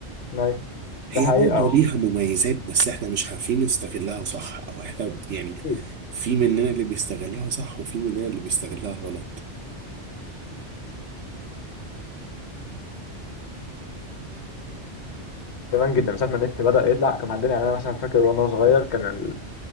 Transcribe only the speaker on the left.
أيوة
ده حقيقة
أكيد
زمان جدا من ساعة ما النت بدأ يطلع كان عندنا يعني أنا مثلا فاكر وأنا صغير كان ال...